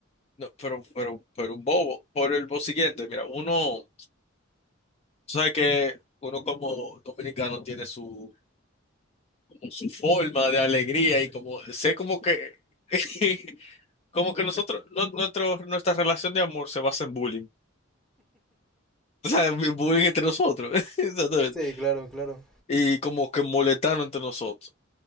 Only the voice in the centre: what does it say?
Sí, claro, claro.